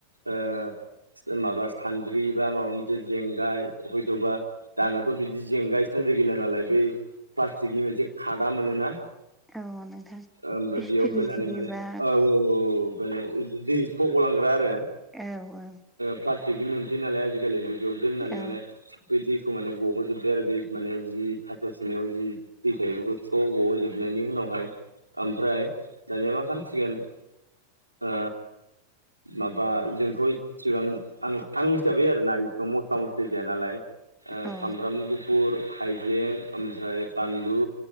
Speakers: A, on the right; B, in the centre.
A: ओ माबा सान्द्रि बा माबा मोनसे जेंगाय हयथ'बा दानाथ' बिदि जेंगाय सान्द्रि गैला नालाय बै प्लास्टिकनि मोनसे खादा मोनोना।
B: औ नोंथां
A: ओमफाय
B: स्टिलनि
A: बेयाव फैनानै माने
B: बा
A: औ औ माने दि खौ गलांग्रा आरो।
B: औ औ
A: प्लास्टिकनि मोनसै नालाय आजिखालि बिदियाव दोननानै
B: औ
A: माने बै दैखौ माने गहो'जोबबाय आरो बे माने जि थास' सुनायाव जि दै बेखौ स्र' गहोजोबनायनि उनावहाय ओमफ्राय दानिया मा खालामसिगोन ओ माबा जोंथ इसिबां आं-आं हिसाबै आरोना इसेबां मस्ला मस्लि जाया नालाय। ओ
B: औ
A: सामब्राम गुफुर, हाइजें ओमफ्राय बानलु